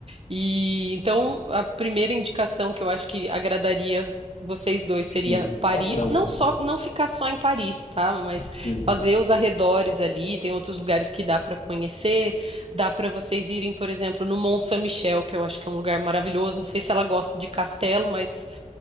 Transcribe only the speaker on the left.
Sim,
a França.
Sim,